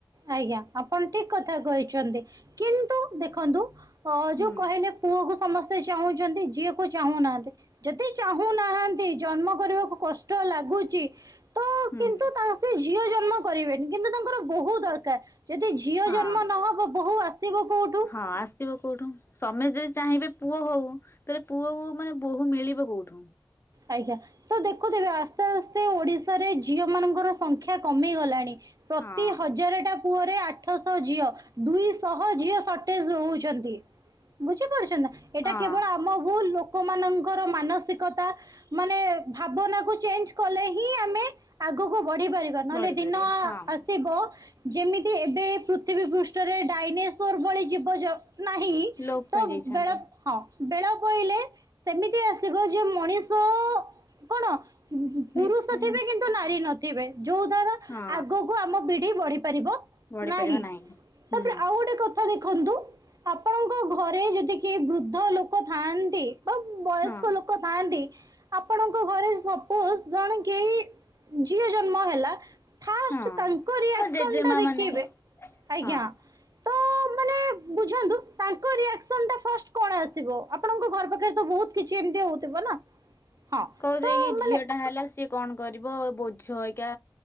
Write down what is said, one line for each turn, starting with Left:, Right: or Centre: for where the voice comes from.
Right: ଆଜ୍ଞା ଆପଣ ଠିକ କଥା କହିଛନ୍ତି। କିନ୍ତୁ ଦେଖନ୍ତୁ ହଁ
Left: ହୁଁ।
Right: ଯୋଉ କହିଲେ ପୁଅକୁ ସମ ସ୍ତେ ଚାହୁଁଛନ୍ତି ଝିଅକୁ ଚାହୁଁନାହାନ୍ତି ଯଦି ଚାହୁଁନାହାନ୍ତି ଜନ୍ମ କରିବାକୁ କଷ୍ଟ ଲାଗୁଛି। ତ
Left: ହୁଁ।
Right: କିନ୍ତୁ ତା ସେ ଝି ଝିଅ ଜନ୍ମ କରିବେନି କିନ୍ତୁ ତାଙ୍କର ବହୁତ ଦରକାର ଯଦି ଝିଅ
Left: ହଁ
Right: ଜନ୍ମ ନହବ ବୋହୁ ଆସିବ କୋଉଠୁ?
Left: ହଁ ଆସିବ କୋଉଠୁ ସମସ୍ତେ ଯଦି ଚାହିଁବେ ପୁଅ ହଉ ତାହେଲେ ପୁଅ ମାନେ ବୋହୁ ମିଳିବ କୋଉଠୁ?
Right: ଆଜ୍ଞା ତ ଦେଖୁଥିବେ ଆସ୍ତେ ଆସ୍ତେ ଓଡିଶାରେ ଝିଅ ମାନଙ୍କର ସଂଖ୍ୟା କମି ଗଲାଣି। ପ୍ରତି
Left: ହଁ
Right: ହଜାରଟା ପୁଅରେ ଆଠଶହ ଝିଅ ଦୁଇଶହ ଝିଅ ସଟେଜ ହଉଛନ୍ତି ବୁଝି ପାରୁଛନା ଏଟା
Left: ହଁ
Right: କେବଳ ଆମ ଭୁଲ ଲୋ ଲୋକମାନଙ୍କର ମାନସିକତା ମାନେ ଭାବନା କୁ ଚେଞ୍ଜ କଲେ ହିଁ ଆମେ ଆଗକୁ ବଢି ପାରିବା ନହେଲେ
Left: ବଢିପାରିବା
Right: ଦିନ
Left: ହଁ
Right: ଆସିବ ଯେମିତି ଏବେ ପୃଥିବୀ ପୃଷ୍ଠ ପୃଷ୍ଠରେ ଡାଇନେସୋର ଭଳି ଜୀବଜଗ ନାହିଁ
Left: ଲୋପ ପାଇ
Right: ତ
Left: ଯାଇଛନ୍ତି
Right: ବେଳ ହଁ ବେଳ ପଇଲେ ସେମିତି ଆସିବ ଯୋଉ ମଣିଷ। ତ କଣ ପୁରୁଷ
Left: ନିଜେ
Right: ଥିବେ କିନ୍ତୁ ନାରୀ ନଥିବ ଥିବେ ଯଉ ଦ୍ଵାରା
Left: ହଁ
Right: ଆଗକୁ ଆମ ପିଢ଼ି ବଢି ପାରିବ
Left: ବଢିପାରିବା
Right: ନାହିଁ
Left: ହୁଁ
Right: ତାପରେ ଆଉ ଗୋଟେ କଥା ଦେଖ ଦେଖନ୍ତୁ ଆପଣଙ୍କ ଘରେ ଯଦି କେହି ବୃଦ୍ଧ ଲୋକ ଥାଆନ୍ତି ବା ବୟସ୍କ
Left: ହଁ
Right: ଲୋକ ଥାଆନ୍ତି ଆପଣଙ୍କ ଘରେ ସପୋଜ ଜଣେ କେହି ଝିଅ ଜନ୍ମ ହେଲା ଫାଷ୍ଟ
Left: ହଁ
Right: ତାଙ୍କ ରିଆକ୍ସନ
Left: ମୋ ଜେଜେମା
Right: ଟା ଦେଖେଇବେ
Left: ମାନେ
Right: ଆଜ୍ଞା।
Left: ହଁ
Right: ତ ମାନେ ବୁଝନ୍ତୁ ତାଙ୍କ ରିଆକ୍ସନ ଟା ଫାଷ୍ଟ କଣ ଆସିବ ଆପଣଙ୍କ ଘର ପାଖରେ ତ ବହୁତ କିଛି କେମିତି ହଉଥିବ ନା ହଁ
Left: କହୁଦ
Right: ତ
Left: କି
Right: ମାନେ
Left: ଝିଅ ଟା ହେଲା ସିଏ କଣ କରିବ ଛା